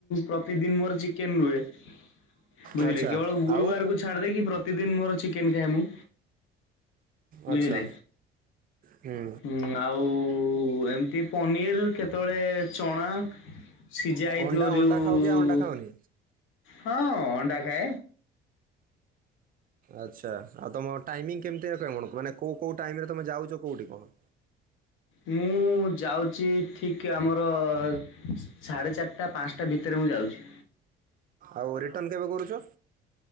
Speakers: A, on the left; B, on the right.
A: ପ୍ରତିଦିନ ମୋର ଚିକେନ ହୁଏ ବୁଝିଲେ
B: ଆଚ୍ଛା
A: କି, କେବଳ ଗୁରୁବାର
B: ଆଉ
A: କୁ ଛାଡ ଦେଇକି ପ୍ରତିଦିନ ମୋର ଚିକେନ ଖାଏ ମୁଁ।
B: ଆଚ୍ଛା
A: ବୁଝିଲେ,
B: ହୁଁ
A: ଉଁ ଆଉ ଏମତି ପନିର୍ କେତେବେଳେ ଚଣା ସିଝା ହେଇଥିବ
B: ଅଣ୍ଡା
A: ଯୋଉ
B: ଅଣ୍ଡା ଖାଅ କି ଆଉ ଅଣ୍ଡା ଖାଅନି
A: ହଁ ଅଣ୍ଡା ଖାଏ।
B: ଆଚ୍ଛା ଆଉ ତମ ଟାଇମିଙ୍ଗ କେମିତି ଆ କ କଣ ମାନେ କୋଉ କୋଉ ଟାଇମରେ ତମେ ଯାଉଛ କୋଉଠି କଣ?
A: ମୁଁ ଯାଉଛି ଠିକ ଆମର ସାଢ଼େ ଚାରିଟ ଟା ପାଞ୍ଚଟା ଭିତରେ ମୁଁ ଯାଉଛି।
B: ଆଉ ରିଟର୍ନ କେବେ କରୁଛ?